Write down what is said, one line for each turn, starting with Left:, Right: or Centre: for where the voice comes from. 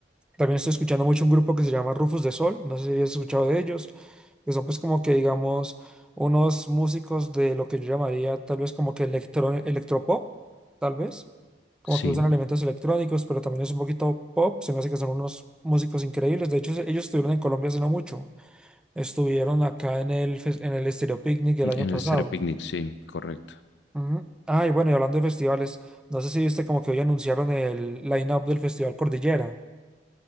Centre: También estoy escuchando mucho un grupo que se llama Rufus de Sol, no sé si has escuchado de ellos, que son pues como que, digamos, unos músicos de lo que yo llamaría tal vez como que electro, electropop, tal vez. Como
Left: Sí,
Centre: que usan elementos electrónicos, pero también es un poquito pop. Se me hace que son unos músicos increíbles. De hecho, ellos estuvieron en Colombia hace no mucho. Estuvieron acá en el, fes- en el Estéreo Picnic el
Left: en
Centre: año pasado.
Left: el Stereo Picnic, sí, correcto.
Centre: Ujú. Ah, y bueno, y hablando de festivales, no sé si viste como que hoy anunciaron el line-up del Festival Cordillera.